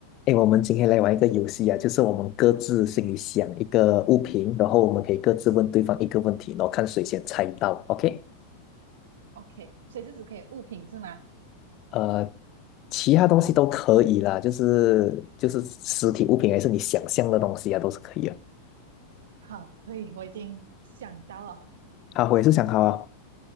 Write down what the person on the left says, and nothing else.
哎，我们今天来玩一个游戏啊，就是我们各自心里想一个物品，然后我们可以各自问对方一个问题，然后看谁先猜到。OK，
呃，其他东西都可以啦，就是就是实体物品还是你想象的东西啊，都是可以的。
好，我也是想好啊。